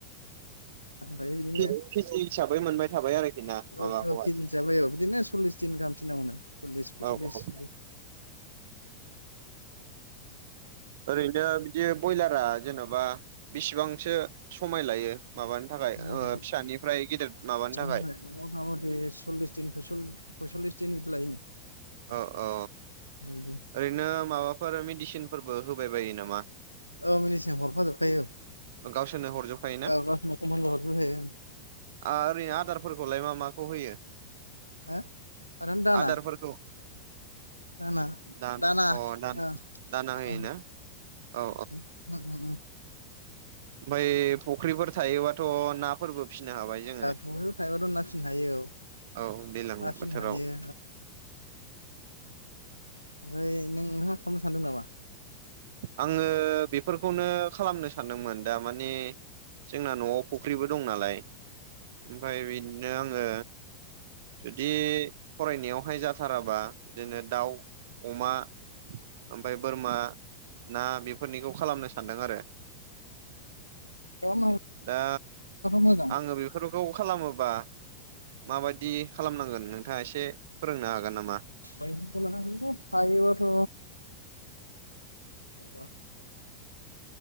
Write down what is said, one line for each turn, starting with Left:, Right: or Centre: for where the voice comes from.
Left: ओमफ्राय बिदिनो
Right: के-केजि हिसाबै मोनबाय थाबाय आरोखि ना
Left: औ
Right: माबाखौहाय?
Left: औ केजि हिसाबै औ बिदिनो सल्लिस दिन गाहाम फिननांगौनो सललिस फयसलिस
Right: औ औ
Left: बिदि
Right: ओरैनो बिदि बयलारा जेन'बा बिसेबांसो समाय लायो?
Left: <unintelligible>
Right: माबानो थाखाय
Left: ओमफ्राय
Right: ओ फिसानिफ्राय गेदेर माबानो थाखाय
Left: मथा मथि सल्लिस दिन फयस-फयस'ललिस दिन लायोनो।
Right: अ अ
Left: नों
Right: ओरैनो माबाफोर मेडिसिनफोरबो होबाय बायो नामा?
Left: औ मिनिसिन हरफाजोबखायो।
Right: गावसोरनो हरजोबखायोना?
Left: औ गावसोरनो कमन हरजोबखायो
Right: आरै ओरैनो आदारफोरखौलाय मा मा खौ होयो?
Left: हो खारेन दाना।
Right: आदारफोरखौ
Left: दाना
Right: दान
Left: दाना
Right: अ दान
Left: ओं
Right: दाना होयोना
Left: ओं।
Right: औ
Left: उम उम उम।
Right: ओमफाय फुख्रिफोर थायोबाथ' ना फोरबो फिसिनो हाबाय जोङो।
Left: फुख्रियाव थाइबा दं नाफिननो हायो औ
Right: औ दैज्लां
Left: ना फिसिनो
Right: बोथोराव
Left: हायो ओमफाय नों नोंहा खालामनो सानदों नामा?
Right: आङो बेफोरखौनो खालामनो सानदोंमोन दा माने जोंना न'आव फुख्रिबो दं नालाय ओमफाय बिदिनो आङो बे फरायनायावहाय जाहाथे साराबा बिदिनो दाउ अमा ओमफाय बोरमा ना बेफोरनिखौ खालामनो सानदों आरो।
Left: खालामनो
Right: दा
Left: मोजां
Right: आङो बेफोर खौ खालामोबा माबायदि खालामनांगोन नोंथाङा एसे फोरोंनो हागोन। नामा
Left: <inaudible> हायोबाथ' <unintelligible>